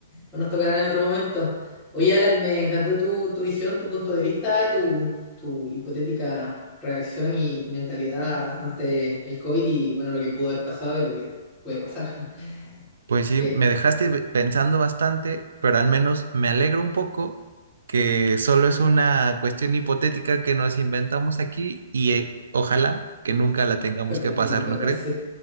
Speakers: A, in the centre; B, on the right.
A: o nos tocará en otro momento. Oye, Alan, me encantó tu, tu visión, tu punto de vista, tu, tu hipotética reacción y mentalidad ante el COVID y bueno, lo que pudo haber pasado y lo que puede pasar, <laughs>
B: Pues sí,
A: que
B: me dejaste be- pensando bastante, pero al menos me alegro un poco que solo es una cuestión hipotética que nos inventamos aquí y eh, ojalá que nunca la tengamos
A: la
B: que pasar,
A: que nunca
B: ¿no
A: pase.
B: crees?